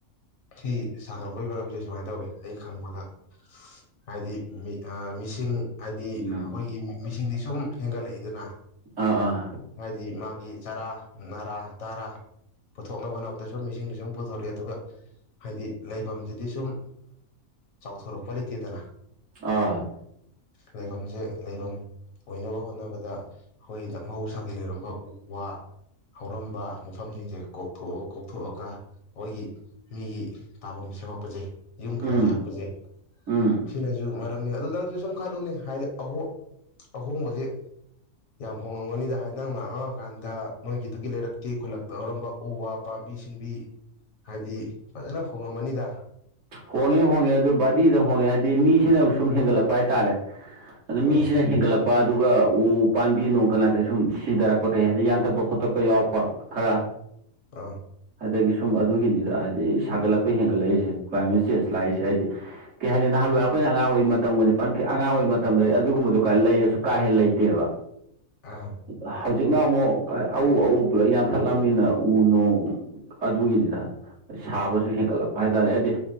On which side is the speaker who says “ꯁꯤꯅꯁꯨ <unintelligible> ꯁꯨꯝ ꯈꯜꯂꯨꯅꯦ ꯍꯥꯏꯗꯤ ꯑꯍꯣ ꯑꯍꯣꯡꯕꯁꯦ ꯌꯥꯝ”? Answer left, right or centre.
Left